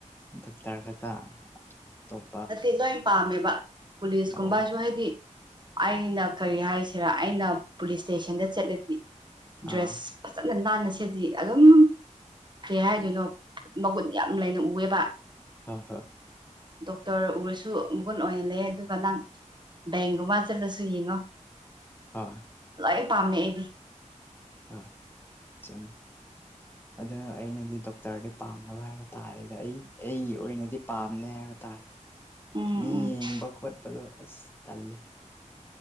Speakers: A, on the left (about 15°); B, on the right (about 35°).
A: ꯇꯞ ꯇꯔ ꯈꯛꯇ ꯑꯇꯣꯞ
B: ꯅꯠꯇꯦ ꯂꯣꯏ ꯄꯥꯝꯃꯦꯕ ꯄꯨꯂꯤꯁꯀꯨꯝꯕꯁꯨ
A: ꯑꯣ
B: ꯍꯥꯏꯗꯤ ꯑꯩꯅ ꯀꯔꯤ ꯍꯥꯏꯁꯤꯔꯥ ꯑꯩꯅ ꯄꯨꯂꯤꯁ ꯏꯁꯇꯦꯁꯟꯗ ꯆꯠꯂꯗꯤ ꯗ꯭ꯔꯦꯁ
A: ꯑꯥ
B: ꯐꯖꯅ ꯅꯥꯟꯅꯁꯗꯤ ꯑꯗꯨꯝ ꯀꯩ ꯍꯥꯏꯗꯣꯏꯅꯣ ꯃꯒꯨꯟ ꯌꯥꯝ ꯂꯩꯅ ꯎꯑꯦꯕ
A: ꯍꯣꯏ ꯍꯣꯏ
B: ꯗꯣꯛꯇꯔ ꯎꯔꯁꯨ ꯃꯒꯨꯟ ꯑꯣꯏꯅ ꯂꯩ ꯑꯗꯨꯒ ꯅꯪ ꯦꯡꯒ ꯃꯥꯆꯜꯂꯁꯨ ꯌꯦꯡꯉꯣ
A: ꯍꯣꯏ
B: ꯂꯥꯏ ꯄꯥꯝꯃꯦ ꯑꯩꯗꯤ
A: ꯍ ꯆ
B: <inaudible>
A: ꯑꯗꯨ ꯑꯩꯅꯗꯤ ꯗꯣꯛꯇꯔꯗꯤ ꯄꯥꯝꯅꯕ ꯍꯥꯏꯕ ꯇꯥꯔꯦꯗ ꯑꯩ ꯑꯩꯒꯤ ꯑꯣꯏꯅꯗꯤ ꯄꯥꯝꯅꯦ ꯍꯥꯏꯕ ꯇꯥꯔꯦ
B: ꯎꯝ
A: ꯃꯤ
B: ꯎꯝ
A: ꯌꯦꯡꯕ ꯈꯣꯠꯄꯗ ꯑꯁ ꯇꯜꯂꯤ